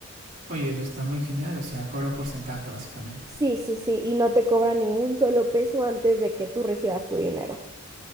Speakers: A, on the right; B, on the right.
A: Oye, eso está muy genial, o sea, cobra un porcentaje, básicamente.
B: Sí, sí, sí, y no te cobra ningún solo peso antes de que tú recibas tu dinero.